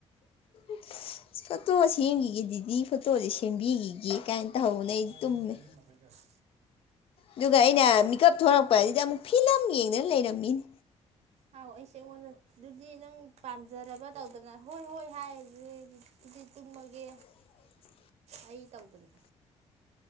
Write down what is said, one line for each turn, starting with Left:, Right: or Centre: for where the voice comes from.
Left: <inaudible> ꯐꯣꯇꯣ ꯁꯦꯝꯈꯤꯒꯦ ꯗꯤꯗꯤ ꯐꯣꯇꯣꯁꯦ ꯁꯦꯝꯕꯤꯈꯤꯒꯦ ꯀꯥꯏꯅ ꯇꯧꯍꯧꯕꯅꯦ ꯑꯩ
Right: ꯔꯥꯏꯅ
Left: ꯇꯨꯝꯃꯦ
Right: ꯐꯨꯔꯔꯤ ꯃꯈ ꯃꯈꯩꯗ <inaudible>
Left: ꯑꯗꯨꯒ ꯑꯩꯅ ꯃꯤꯀꯞ ꯊꯣꯔꯛꯄ ꯑꯁꯤꯗ ꯑꯃꯨꯛ ꯐꯤꯂꯝ ꯌꯦꯡꯗꯅ ꯂꯩꯔꯝꯃꯤꯅꯤ
Right: ꯍꯥꯎ ꯑꯩꯁꯦ ꯑꯩꯉꯣꯟꯗ ꯑꯗꯨꯗꯤ ꯅꯪ ꯄꯥꯝꯖꯔꯕ ꯇꯧꯗꯅ ꯍꯣꯏ ꯍꯣꯏ ꯍꯥꯏ ꯑꯗꯨꯗꯗꯤ ꯑꯗꯨꯗꯤ ꯇꯨꯝꯃꯒꯦ
Left: <inaudible>
Right: ꯑꯩ ꯇꯧꯗꯅ